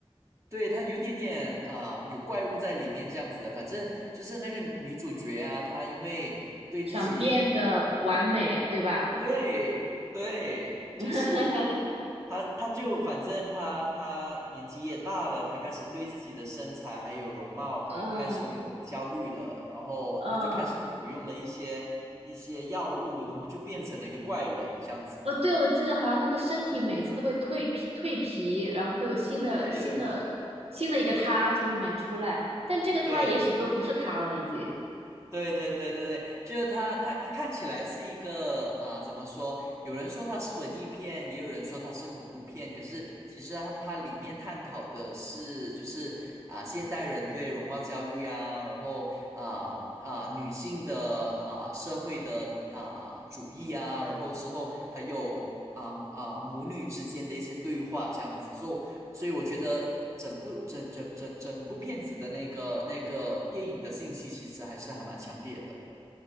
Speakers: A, on the right; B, on the right.
A: 对，它有一点点啊、呃有怪物在里面这样子的。反正就是那个女主角啊，她因为对自己
B: 想变得完美，对吧？
A: 对对，就是
B: <laughs>
A: 他，他就反正他他年纪也大了，他开始对自己的身材还有容貌开始有焦虑了，
B: 嗯
A: 然后他就开始服用了一些一些药物，
B: 嗯，
A: 然后就变成了一个怪人这样子的。
B: 哦，对，我记得好像他的身体每次都会蜕皮蜕皮，然后会有新的新的新的一个他从里面出来，
A: <laughs> 对
B: 但这个他也许都不是他了，
A: 对。
B: 已经。
A: 对对对对对，就是他他他看起来是一个啊、怎么说？有人说它是文艺片，也有人说它是恐怖片。可是其实它它里面探讨的是，就是啊、现代人对容貌焦虑啊，然后啊啊、女性的啊、社会的啊、主义啊，然后之后还有啊啊、母女之间的一些对话这样子。所以所以我觉得整部整整整整部片子的那个那个电影的信息，其实还是还蛮强烈的。